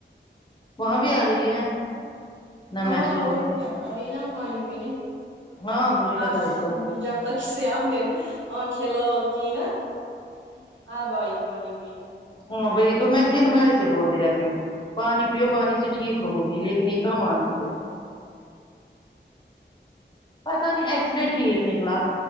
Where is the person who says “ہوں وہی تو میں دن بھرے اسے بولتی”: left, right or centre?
Left